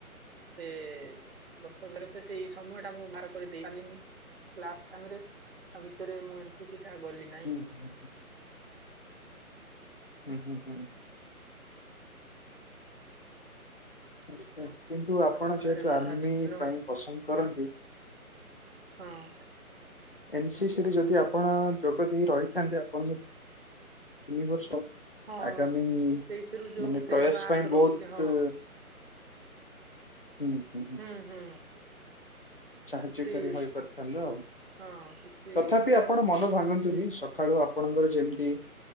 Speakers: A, on the right; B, on the left.
A: ଟେ ବର୍ଷକରେ ତ ସେଇ ସମୟ ଟା ମୁଁ ବାହାର କରି ଦେଇ ପାରିଲିନି। କ୍ଲାସ ଟାଇମରେ ତା ଭିତରେ ମୁଁ ଏନ ସି ସି ଟା ଗଲିିନି।
B: ହୁଁ ହୁଁ ହୁଁ। ହୁଁ ହୁଁ ହୁଁ। ଆଚ୍ଛା, କିନ୍ତୁ ଆପଣ
A: ପାଠ ପଢାରେ
B: ଯେହେତୁ
A: ବାଧା
B: ଆର୍ମି
A: ବିଘ୍ନ
B: ପାଇଁ ପସନ୍ଦ କରନ୍ତି
A: ହଁ।
B: ଏନ୍ ସି ସିରେ ଯଦି ଆପଣ ଯୋଗ ଦେଇ ରହିଥାନ୍ତେ, ଆପଣଙ୍କୁ ତିନିିବର୍ଷ
A: ହଁ।
B: ଆଗାମୀ
A: ସେଇଥିରୁ ଯୋଉ
B: ମାନେ
A: ସେଇ
B: ପ୍ରୟାସ
A: ମାର୍କ
B: ପାଇଁ
A: ରହୁଛି
B: ବହୁତ
A: ହଁ
B: ହୁଁ ହୁଁ।
A: ହୁଁ ହୁଁ।
B: ସାହାଯ୍ୟକାରୀ
A: କିଛି
B: ହୋଇପାରିଥାନ୍ତୁ ଆଉ।
A: ହଁ କିଛି
B: ତଥାପି ଆପଣ ମନ ଭାଙ୍ଗନ୍ତୁନି।
A: ମୂଲ୍ୟ
B: ସକ ସଖାଳୁ ଆପଣଙ୍କର ଯେମିତି,